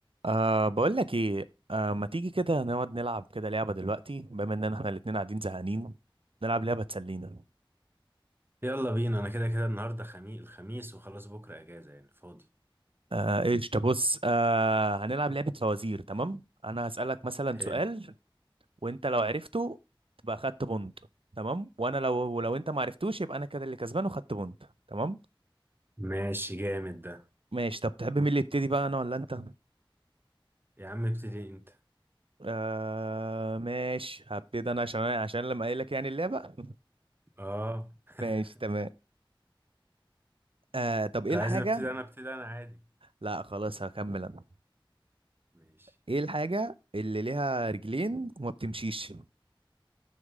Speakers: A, on the right; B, on the right.
A: أه بقول لك ايه أه ما تيجي كده نقعد نلعب كده لعبة دلوقتي بما ان احنا الاتنين قاعدين زهقانين نلعب لعبة تسلينا
B: يلا بينا انا كده كده النهارده خميس الخميس وخلاص بكره اجازه يعني فاضي
A: أه ايش بص أه هنلعب لعبة فوازير تمام انا هسألك مثلا
B: حلو
A: سؤال وانت لو عرفته تبقى خدت بونت تمام وانا لو ولو انت ما عرفتوش يبقى انا كده اللي كسبان وخدت بونت تمام
B: ماشي جامد ده
A: ماشي طب تحب مين اللي يبتدي بقى انا ولا انت
B: يا عم ابتدي انت
A: أه ماشي هبتدي انا عشان عشان لما قايل لك يعني اللعبة
B: اه
A: <laughs> ماشي
B: <laughs>
A: تمام أه طب ايه
B: لو
A: الحاجة
B: عايز ابتدي انا ابتدي انا عادي
A: لا خلاص هكمل انا
B: ماشي
A: ايه الحاجة اللي ليها رجلين وما بتمشيش